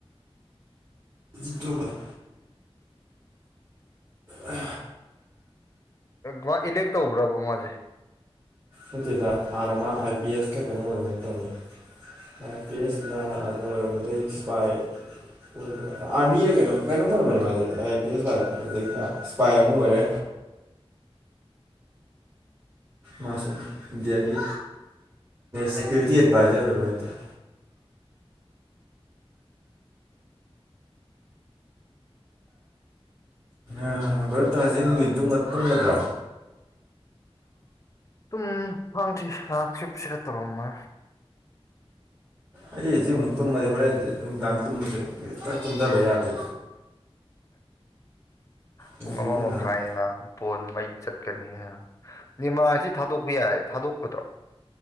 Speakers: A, on the right; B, on the left.
A: ꯖꯤꯇꯕꯂ ꯑ
B: ꯃꯥ ꯏꯂꯦꯛ ꯇꯧꯈ꯭ꯔꯕ ꯃꯥꯁꯦ
A: ꯅꯀꯦꯗ ꯍꯥꯟꯅ ꯃꯥ ꯑꯥꯏ ꯄꯤ ꯑꯦꯁꯇ ꯀꯩꯅꯣ ꯑꯣꯏꯔꯣ ꯇꯧꯅꯤ ꯑꯥꯏ ꯄꯤ ꯑꯦꯁ ꯗ ꯑꯗ ꯑꯣꯏꯔꯝꯕꯗꯩ ꯏꯁꯄꯥꯏ ꯑꯣꯏꯕ ꯑꯥꯔꯃꯤꯅ ꯀꯩꯅꯣꯝ ꯀꯩꯅꯣꯝ ꯑꯣꯏꯔꯝꯕꯅꯦ ꯃꯥꯁꯦ ꯑ ꯑꯥꯏ ꯄꯤ ꯑꯦꯁ ꯂꯥꯛꯦ ꯑꯗꯒꯤ ꯏꯁꯄꯥꯏ ꯑꯃ ꯑꯣꯏꯔꯦ ꯃꯥꯁꯨ ꯏꯟꯗꯤꯌꯥꯒꯤ ꯁꯦꯀ꯭ꯌꯨꯔꯤꯇꯤ ꯑꯦꯗꯚꯥꯏꯖꯔ ꯑꯣꯏꯕ ꯍꯥꯏꯇꯥꯔꯦ ꯑ ꯚꯔꯞ ꯇ ꯉꯁꯤꯅꯨꯡꯗꯤ ꯇꯟꯒꯗ꯭ꯔꯣ
B: ꯁꯨꯝ ꯍꯥꯡꯈꯤ ꯉꯥꯏꯍꯥꯛꯁꯤꯁꯤꯗ ꯇꯧꯔꯝꯃ
A: ꯑꯩ ꯍꯧꯖꯤꯛ ꯑꯃꯨꯛ ꯇꯨꯝꯃꯗꯤ ꯍꯣꯔꯦꯟ ꯅꯨꯡꯗꯥꯡ ꯇꯨꯝꯕꯗꯤ ꯑꯃꯨꯛ ꯍꯦꯛꯇ ꯇꯨꯝꯗꯕ ꯌꯥꯗꯦ ꯅꯨꯡꯊꯤꯟꯁꯦ
B: ꯄꯨꯡ ꯑꯃ ꯃꯈꯥꯏꯅ
A: ꯉꯥꯏꯍꯥꯛ
B: ꯕꯣꯟ ꯃꯩ ꯆꯠꯀꯅꯤꯅ ꯅꯤꯃꯥꯁꯤ ꯊꯥꯗꯣꯛꯄ ꯌꯥꯏ ꯊꯥꯗꯣꯛꯄꯗ꯭ꯔꯣ